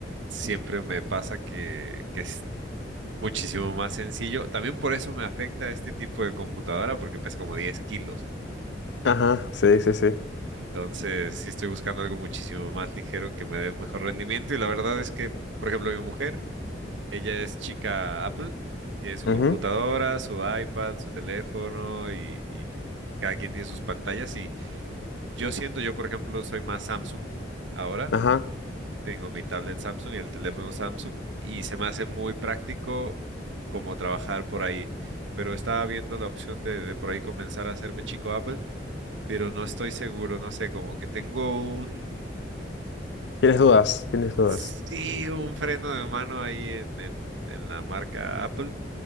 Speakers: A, on the right; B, on the left.
A: siempre me pasa que, que Muchísimo más sencillo. También por eso me afecta este tipo de computadora porque pesa como 10 kilos.
B: Ajá, sí, sí, sí.
A: Entonces, sí estoy buscando algo muchísimo más ligero que me dé mejor rendimiento. Y la verdad es que, por ejemplo, mi mujer, ella es chica Apple, tiene su
B: Ujú,
A: computadora, su iPad, su teléfono y, y cada quien tiene sus pantallas. Y yo siento, yo por ejemplo, soy más Samsung ahora.
B: Ajá.
A: Tengo mi tablet Samsung y el teléfono Samsung y se me hace muy práctico como trabajar por ahí. Pero estaba viendo la opción de, de por ahí comenzar a hacerme chico Apple, pero no estoy seguro, no sé, como que tengo un,
B: Tienes dudas, tienes dudas.
A: sí, un freno de mano ahí en, en, en la marca Apple,